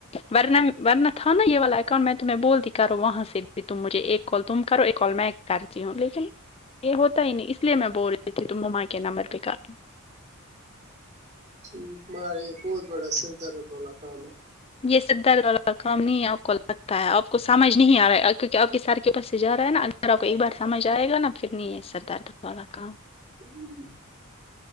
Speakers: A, on the left; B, on the right.
A: ورنہ ورنہ تھا نا یہ والا اکاؤنٹ میں تمہیں بول دی کرو وہاں سے بھی تم مجھے ایک کال تم کرو ایکال میں کرتی ہوں لیکن یہ ہوتا ہی نہیں اس اسے میں بول رہی تھی تم مما کے نمبر پے کرو
B: ٹا مارے یہ بہت بڑا سردارد والا کام ہے
A: یہ سد درد والا کام نہیں آپ کو لگتا ہے آپ کو سمجھ نہیں آ رہا کیوںکہ آپ کے سر کے پس سے جا رہا ہے نا سر آپ کو ایک بار سمجھ آئے گا نا پھر نہیں ہے سر دارد والا کام
B: کوئی